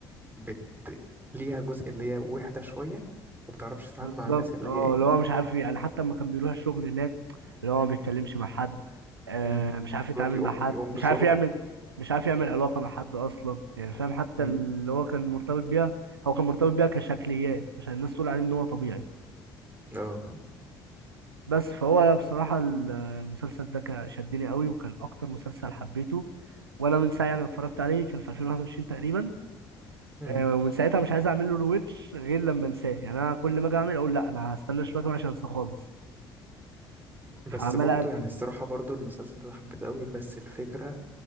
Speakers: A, on the right; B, on the right.
A: بت... ليها جزء اللي هي وحدة شوية ومبتعرفش تتعامل
B: بالظبط
A: مع الناس اللي
B: اه
A: هي ايه
B: اللي هو مش عارف يعني حتى لما كان بيروح الشغل هناك اللي هو ما بيتكلمش مع حد آه
A: امم
B: مش
A: اللي
B: عارف يتعامل
A: هو يقوم
B: مع حد
A: يقوم بشغله
B: مش عارف يعمل مش عارف يعمل علاقة مع حد أصلا يعني فاهم حتى
A: امم
B: اللي هو كان مرتبط بيها هو كان مرتبط بيها كشكليات عشان الناس تقول عليه إن هو طبيعي
A: اه
B: بس فهو أنا بصراحة ال- المسلسل ده كان شدني قوي وكان أكتر مسلسل حبيته وأنا من ساعة يعني اتفرجت عليه كان في 2021 تقريبا
A: امم
B: آه، ومن ساعتها مش عايز أعمل له رويتش غير لما أنساه يعني أنا كل ما أجي أعمل أقول لا أنا هستنى شوية كمان عشان أنساه خالص
A: بس
B: عمال
A: برضو
B: أأجل
A: يعني الصراحة برضو المسلسل ده أنا حبيته قوي بس الفكرة